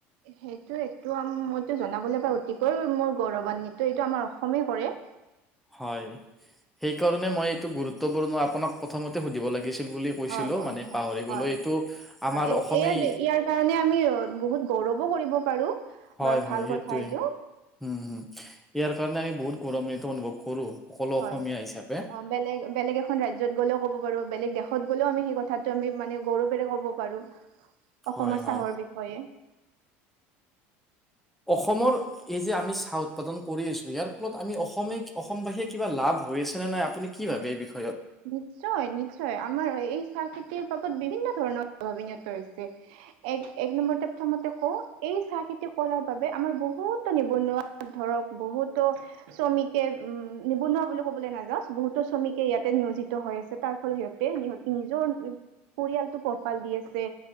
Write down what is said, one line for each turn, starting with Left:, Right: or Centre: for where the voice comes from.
Right: সেইটো এইটো মইতো জনাবলৈ পাই অতিকৈ মোৰ গৌৰৱান্বিত এইটো আমাৰ অসমে কৰে।
Centre: <inaudible> সেই কাৰণে মই এইটো গুৰুত্বপূৰ্ণ আপোনাক প্ৰথমতে সুধিব লাগিছিল। বুলি কৈছিলো
Right: হয় হয়
Centre: মানে পাহৰি গ'লো
Right: হয়
Centre: এইটো আমাৰ
Right: হয়
Centre: অসমেই
Right: ইয়াৰ কাৰণে আমি বহুত গৌৰৱ কৰিব পাৰো।
Centre: হয়
Right: বা ভাল
Centre: হয় সেইটোৱে
Right: কথা এইটো
Centre: হম হম ইয়াৰ কাৰণে আমি বহুত গৌৰৱান্বিত অনুভৱ কৰো। সকলো
Right: হয়
Centre: অসমীয়া হিচাপে
Right: অ বেলেগ বেলেগ এখন ৰাজ্যত গ'লেও ক'ব পাৰো বেলেগ দেশত গ'লেও আমি সেই কথাটো আমি মানে গৌৰৱেৰে ক'ব পাৰো। অসমৰ
Centre: হয় হয়
Right: চাহৰ বিষয়ে।
Centre: অসমৰ এই যে আমি চাহ উৎপাদন কৰি আছো ইয়াৰ ফলত আমি অসমে অসমবাসীয়ে কিবা লাভ হৈ আছে নে নাই আপুনি ভাবে এই বিষয়ে
Right: নিশ্চয় নিশ্চয় আমাৰ এই চাহ খেতিৰ বাবদ বিভিন্ন ধৰণৰ প্ৰ্ভাৱত হৈছে এক এক নম্বৰতে প্ৰথমতে কওঁ এই চাহ খেতি কৰাৰ বাবে আমাৰ বহুতো নিবনুৱা ধৰক বহুতো শ্ৰমিকে উম নিবনুৱ বুলি কবলৈ নাযাও বহুতো শ্ৰমিকে ইয়াত তে নিয়োজিত হৈ আছে তাৰ ফলত সিহতে সহতি নিজৰ পৰিয়ালটো পোহপাল দি আছে